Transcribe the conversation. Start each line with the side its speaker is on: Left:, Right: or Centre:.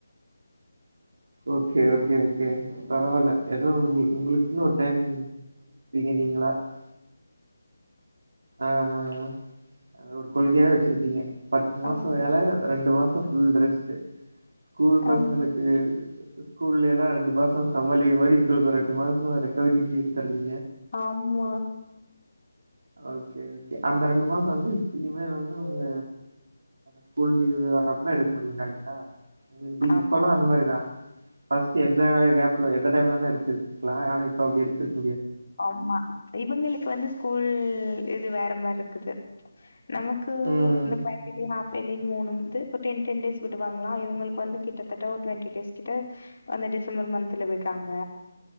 Right: ஓகே ஓகே கே பரவால்ல ஏதோ உங்க உங்களுக் கி ஒரு டைம் <unintelligible> ஆஆஆ அது ஒரு கொள்கையாவே வச்சிருக்கீங்க பத்து மாசோ
Left: ஆம்
Right: வேல ரெண்டு மாசோ ஃபுல் ரெஸ்ட்டு ஸ்கூல் பசங்களுக்கு
Left: ஆமா
Right: ஸ்கூல் இல்லேனா ரெண்டு மாசோ சமர் லீவு மாரி இந்த ஒ ரெட்டு மாசமா ரெக்கவரி லீவா எடுத்துறது
Left: ஆம்மா
Right: ஓகே ஓக அந்த ரெண்டு மாசோ வந்து இனிமே வந்து உங்க ஸ்கூல் லீவு வர்றப்பதா எடுக்க முடியூ கரெக்டா உங்கள்க்கு
Left: ஆமா
Right: இப்பெல்லா அந்த மாரிதா ஃபஸ்ட் எந்த கேப் இல்ல எந்த டைம்ல வேணா எடுத்துக்லா ஆனா இப்ப அப்டி எடுத்துக்
Left: ஆமா இவங்களுக்கு வந்து ஸ்கூல் இது வேற மாரிருக்குது நமக்கு
Right: ம்
Left: இந்த ப்ராக்டிகல் ஹாஃப் ஃபெலின் மூணு வந்து ஒரு டென் டென் டேஸ் விடுவாங்களா இவுங்களுக்கு வந்து கிட்டத்தட்ட ஒரு ட்வெண்டி டேஸ் கிட்ட அந்த டிசம்பர் மந்த்த்ல விடுறாங்க